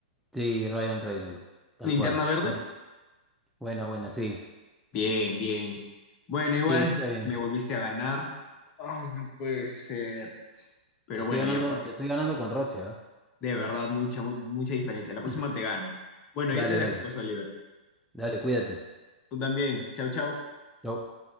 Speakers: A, in the centre; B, on the left.
A: Sí, Ryan Reynolds, tal
B: ¿Linterna
A: cual.
B: verde?
A: Bueno, bueno, bueno, sí.
B: Bien, bien. Bueno, igual
A: Sí, está bien.
B: me volviste a ganar. Ay, no puede ser. Pero
A: Te estoy
B: bueno,
A: ganando,
B: ya.
A: te estoy ganando con Roche, ¿ah?
B: De verdad, mucha, mu- mucha diferencia.
A: <clears throat>
B: La próxima te gano. Bueno,
A: Dale,
B: ya te dejo,
A: dale.
B: pues, Oliver.
A: Dale, cuídate.
B: Tú también. Chau, chau.
A: Chau.